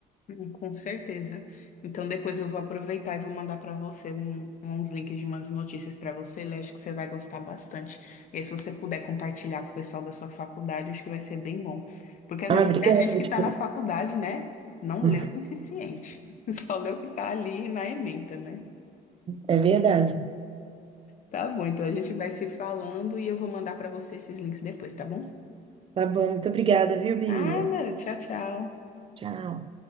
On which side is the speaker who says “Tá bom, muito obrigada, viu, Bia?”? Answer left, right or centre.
Right